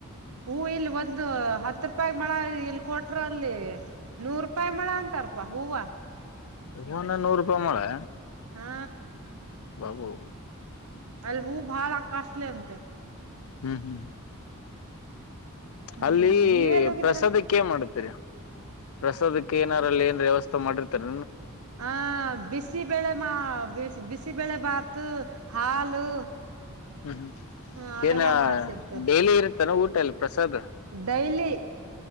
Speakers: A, on the right; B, on the left.
A: ಹೂ ಇಲ್ಲಿ ಒಂದು ಹತ್ತು ರೂಪಾಯ ಮಳ ಇಲ್ಲಿ ಕೊಟ್ರ ಅಲ್ಲಿ ನೂರ್ ರೂಪಾಯಿ ಮಳ ಅಂತ ರ್ಬ ಹೂವ
B: <unintelligible> ನೂರು ರೂಪಾಯಿ ಮೊಳೆ
A: ಹಾ
B: ಬಾಬೂ
A: ಅಲ್ಲಿ ಹೂ ಭಾಳ ಕಸ್ಲಿ ಅಂತೆ
B: ಹ್ಮ್ ಹ್ಮ್
A: ಹ್ಮ್
B: ಅಲ್ಲಿ
A: ನೀವೆಲ್ಲ ಹೋಗಿದ್ರಣ್ಣ
B: ಪ್ರಸಾದಕ್ಕೆೇ ಏನ್ ಮಾಡ್ತೀರಿ ಪ್ರಸಾದಕ್ಕೆ ಏನಾರಲ್ಲಿ ಏನ್ ವ್ಯವಸ್ಥೆ ಮಾಡಿರ್ತಾರೆ
A: ಆ ಬಿಸಿ ಬೆಳೆ ಮಾ ಬಿಸಿ ಬಿಸಿ ಬಿಸಿಬೇಳೆ ಭಾತು ಹಾಲು
B: ಹ್ಮ್ ಹ್ಮ್
A: ಹ ಅವೆಲ್ಲಾ
B: ಏನ
A: ಮಾಡ್ಸಿರ್ತಾರ
B: ಡೈಲಿ ಇರುತ್ತಾನ ಊಟಲ್ ಪ್ರಸಾದ್
A: ಡೈಲಿ